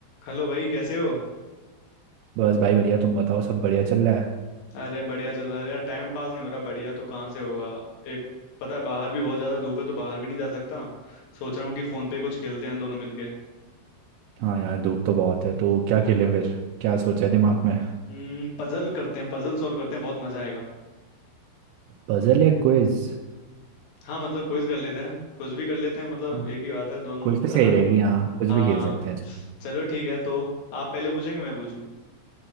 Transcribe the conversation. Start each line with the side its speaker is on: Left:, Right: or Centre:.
Left: Hello भाई कैसे हो
Right: बस भाई बढ़िया तुम बताओ सब बढ़िया चल रहा है
Left: अरे बढ़िया चल रहा है यार टाइम पास नहीं हो रहा बढ़िया तो कहाँ से होगा एक पता है बाहर भी बहुत ज़्यादा धूप है तो बाहर भी नहीं जा सकता सोच रहा हूँ कि फ़ोन पे ही कुछ खेलते हैं दोनों मिलके
Right: हाँ यार धूप तो बहुत है तो क्या खेलें फिर क्या सोचा है दिमाग में
Left: हम्म पजल करते हैं पजल सॉल्व करते हैं बहुत मज़ा आएगा
Right: पजल या क्विज
Left: हाँ मतलब क्विज कर लेते हैं कुछ भी कर लेते हैं मतलब
Right: हाँ
Left: एक ही बात है दोनों
Right: क्विज कुछ भी भी सही
Left: <laughs>
Right: बता दो रहेगी हाँ कुछ
Left: हाँ
Right: भी खेल सकते हैं चलो
Left: चलो ठीक है तो आप पहले पूछेंगे मैं पूछूं